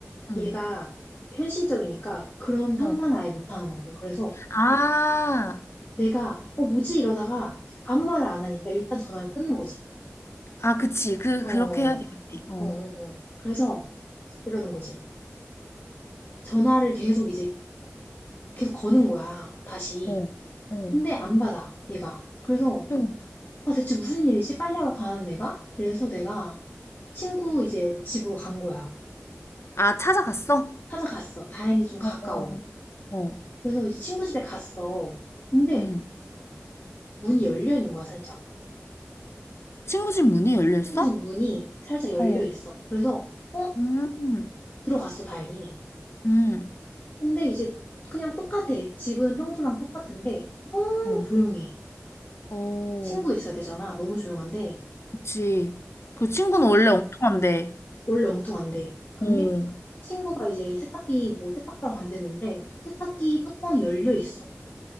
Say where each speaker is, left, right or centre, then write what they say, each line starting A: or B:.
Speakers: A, on the left; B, on the left.
A: 응.
B: 얘가 현실적이니까 그런 상상을
A: 어.
B: 아예 못하는 거고. 그래서
A: 아,
B: 내가, 어, 뭐지? 이러다가 아무 말을 안 하니까 일단 전화를 끊는 거지.
A: 아, 그치. 그,
B: 어,
A: 그렇게
B: 어,
A: 해야 되겠네. 어,
B: 어, 어. 그래서 이러는 거지. 전화를 계속 이제 계속 거는 거야. 다시.
A: 어, 어.
B: 근데 안 받아, 얘가. 그래서,
A: 응.
B: 아, 대체 무슨 일이지? 빨래하러 가는 애가? 이래서 내가 친구 이제 집으로 간 거야.
A: 아, 찾아갔어?
B: 찾아갔어. 다행히 좀 가까워.
A: 어, 어, 어.
B: 그래서 이제 친구 집에 갔어. 근데
A: 음.
B: 문이 열려 있는 거야, 살짝.
A: 친구 집 문이 열려 있어?
B: 친구 집 문이 살짝 열려
A: 어,
B: 있어. 그래서, 어?
A: 음,
B: 들어갔어, 다행히.
A: 음,
B: 근데 이제 그냥 똑같아. 집은 평소랑 똑같은데, 너무
A: 어,
B: 조용해.
A: 어,
B: 친구 있어야 되잖아. 너무 조용한데,
A: 그치. 그 친구는
B: 친구,
A: 원래 엉뚱한데,
B: 원래 엉뚱한데. 근데
A: 어,
B: 친구가 이제 세탁기 뭐 세탁하러 간댔는데, 세탁기 뚜껑이 열려 있어.